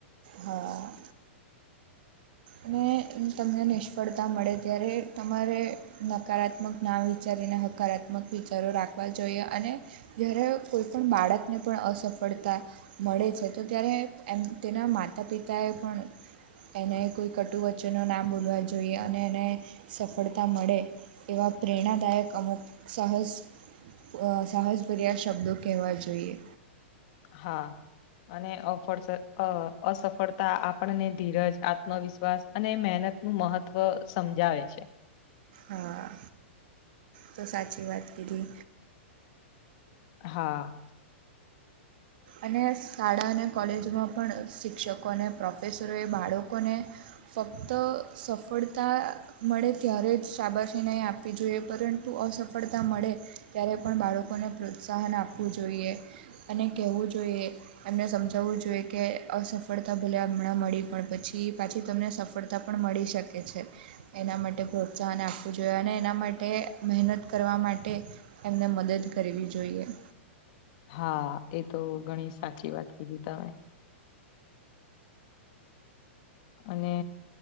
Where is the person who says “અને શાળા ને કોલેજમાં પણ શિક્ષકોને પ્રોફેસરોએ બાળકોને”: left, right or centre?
Right